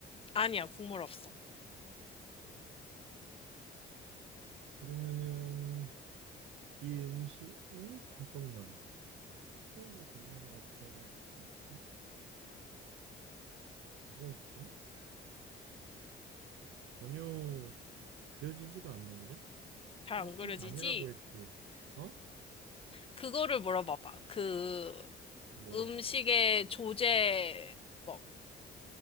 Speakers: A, on the left; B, on the right.
A: 아니야, 국물 없어.
B: 그러면은 이 음식, 어머, 잠깐만. 소고기, 돼지고기 다 들어갈 수 있고, 뭐가 있지? 전혀 그려지지가 않는데?
A: 잘
B: 한식이
A: 안 그려지지?
B: 아니라고 했지. 어?
A: 그거를 물어봐봐. 그
B: 뭐.
A: 음식의 조제법.